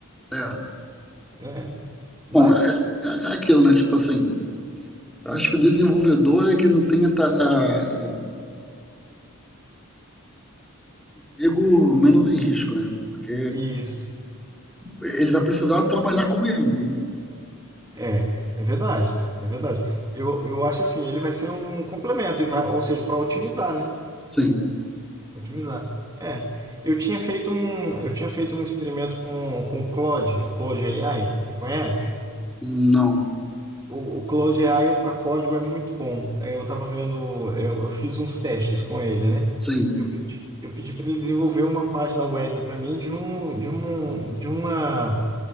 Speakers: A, in the centre; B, on the right.
A: é.
B: Né? Mas,
A: Bom, é, é é aquilo, né? Tipo assim. Eu Acho que o desenvolvedor é quem tem a ta- a- a- emprego menos em risco, né? Porque
B: isso.
A: ele vai precisar trabalhar com IA, mas ele vai...
B: É, é verdade, é verdade. Eu, eu acho assim, ele vai ser um complemento, e vai, ou seja, para otimizar, né?
A: Sim,
B: Otimizar. É. Eu tinha feito um, eu tinha feito um experimento com, com o Claude, o Claude AI, você conhece?
A: não,
B: O, o Claude AI para código é muito bom. Aí Eu estava vendo, eu, eu fiz uns testes com ele, né?
A: sim,
B: Eu pedi, eu pedi para ele desenvolver uma página web para mim de um, de um, de uma,